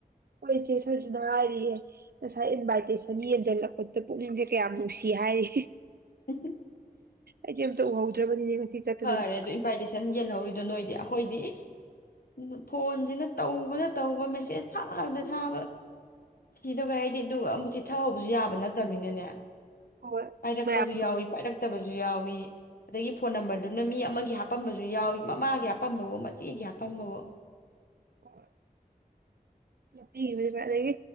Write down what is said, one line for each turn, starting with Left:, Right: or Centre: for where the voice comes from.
Right: ꯑꯩꯏ ꯏꯁꯦ ꯁꯔꯁꯤꯅ ꯍꯥꯏꯔꯤꯌꯦ ꯉꯁꯥꯏ ꯏꯟꯚꯥꯏꯇꯦꯁꯟ ꯌꯦꯡꯁꯤꯜꯂꯛꯄꯗ ꯄꯨꯛꯅꯤꯡꯁꯦ ꯀꯌꯥꯝ ꯅꯨꯡꯁꯤ ꯍꯥꯏꯔꯤ
Left: ꯎ
Right: ꯑꯩꯗꯤ ꯑꯝꯇ ꯎꯍꯧꯗ꯭ꯔꯕꯅꯤꯅꯦ ꯆꯠꯄꯗꯨꯗ
Left: ꯐꯔꯦ ꯑꯗꯨ ꯏꯟꯚꯥꯏꯇꯦꯁꯟ ꯌꯦꯜꯍꯧꯔꯤꯗꯨ ꯑꯗꯨ ꯅꯣꯏꯗꯤ ꯑꯩꯈꯣꯏꯗꯤ ꯏꯁ ꯐꯣꯟꯁꯤꯅ ꯇꯧꯕꯅ ꯇꯧꯕ ꯃꯦꯁꯦꯖ ꯊꯥꯕꯅ ꯊꯥꯕ ꯁꯤꯗ ꯀꯩ ꯍꯥꯏꯗꯤ ꯑꯗꯨ ꯑꯃꯨꯛ ꯆꯤ ꯊꯍꯧꯕꯁꯨ ꯌꯥꯕ ꯅꯠꯇꯕꯅꯤꯅꯅꯦ
Right: ꯍꯣꯏ
Left: ꯄꯥꯏꯔꯛꯄꯁꯨ
Right: ꯃꯌꯥꯝ
Left: ꯌꯥꯎꯏ ꯄꯥꯏꯔꯛ ꯇꯥꯕꯥꯖꯨ ꯌꯥꯎꯏ ꯑ ꯐꯣꯟ ꯅꯕꯔ ꯑꯗꯨꯅ ꯃꯤ ꯑꯃꯒꯤ ꯍꯥꯄꯝꯕꯁꯨ ꯌꯥꯎꯏꯤ ꯃꯃꯥꯒꯤ ꯍꯥꯄꯝꯕꯕꯣ ꯃꯆꯦꯒꯤ ꯍꯥꯄꯝꯕꯕꯣ
Right: ꯍꯣꯏ <unintelligible> ꯑꯗꯒꯤ